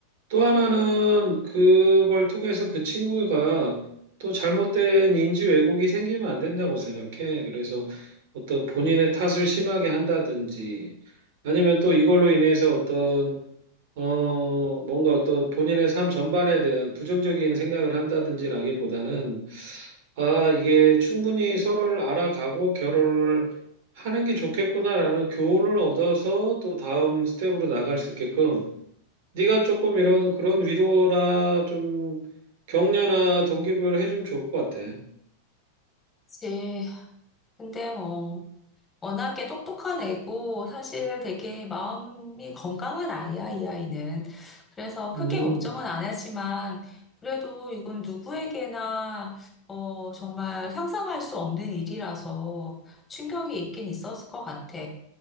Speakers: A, on the right (about 50°); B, on the left (about 15°).
A: 또 하나는 그걸 통해서 그 친구가 또 잘못된 인지 왜곡이 생기면 안 된다고 생각해. 그래서 어떤 본인의 탓을 심하게 한다든지 아니면 또 이걸로 인해서 어떤 어 뭔가 어떤 본인의 삶 전반에 대한 부정적인 생각을 한다든지라기보다는 아 이게 충분히 서로를 알아가고 결혼을 하는 게 좋겠구나라는 교훈을 얻어서 또 다음 스텝으로 나갈 수 있게끔 네가 조금 이런 그런 위로나 좀 격려나 동기부여를 해주면 좋을 것 같아.
B: 그치. 근데 뭐, 워낙에 똑똑한 애고 사실 되게 마음이 건강한 아이야, 이 아이는. 그래서 크게
A: 음,
B: 걱정은 안 하지만 그래도 이건 누구에게나 어, 정말 상상할 수 없는 일이라서 충격이 있긴 있었을 것 같아.